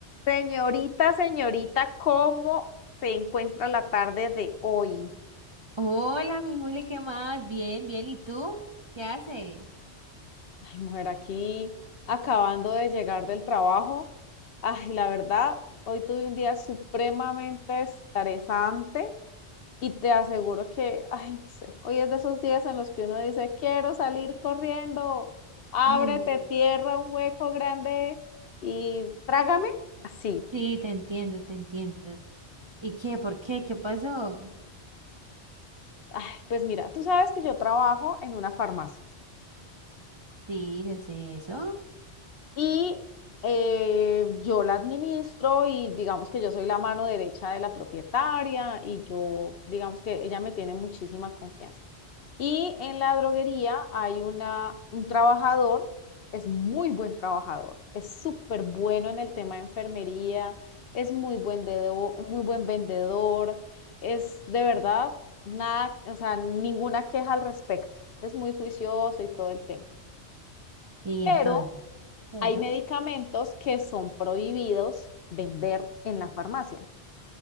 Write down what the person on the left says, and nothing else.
Señorita, señorita, ¿cómo se encuentra la tarde de hoy?
Ay, mujer, aquí acabando de llegar del trabajo. Ay, la verdad, hoy tuve un día supremamente estresante y te aseguro que, ay, no sé, hoy es de esos días en los que uno dice, quiero salir corriendo, ábrete
tierra, un hueco grande y trágame. Así.
Ay, pues mira, tú sabes que yo trabajo en una farmacia.
y eh, yo la administro y digamos que yo soy la mano derecha de la propietaria y yo, digamos que ella me tiene muchísima confianza. Y en la droguería hay una, un trabajador, es muy buen trabajador, es súper bueno en el tema de enfermería, es muy buen dedo- muy buen vendedor, es de verdad nada, o sea, ninguna queja al respecto. Es muy juicioso y todo el tema.
Pero
hay medicamentos que son prohibidos vender en la farmacia.